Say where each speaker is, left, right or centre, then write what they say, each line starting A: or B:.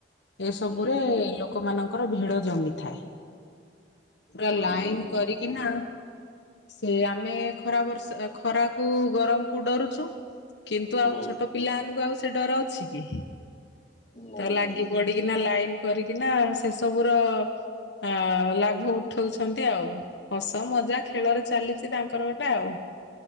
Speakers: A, on the left; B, on the left.
A: ଏ ସବୁରେ
B: ହୁଁ
A: ଲୋକମାନଙ୍କର ଭିଡ ଜମିଥାଏ। ପୁରା
B: ହଁ
A: ଲାଇନ୍
B: ହଁ ହଁ
A: କରିକିନା ସେ ଆମେ ଖରା, ବର୍ଷା ଖରାକୁ ଗରମକୁ ଡରୁଛୁ କିନ୍ତୁ ଆଉ
B: ହୁଁ
A: ଛୋଟ ପିଲାଆନଙ୍କୁ ଆଉ ସେ ଡର ଅଛି କି,
B: ନା
A: ତ ଲାଗିପଡ଼ି
B: ନା ନା
A: ପଡ଼ିକିନା ଲାଇନ୍ କରିକିନା, ସେସବୁର ଅ ଲାଭ ଉଠଉଛ ଛନ୍ତି ଆଉ। ହସ, ମଜା, ଖେଳରେ ଚାଲିଛି ତାଙ୍କର ଗୋଟେ ଆଉ।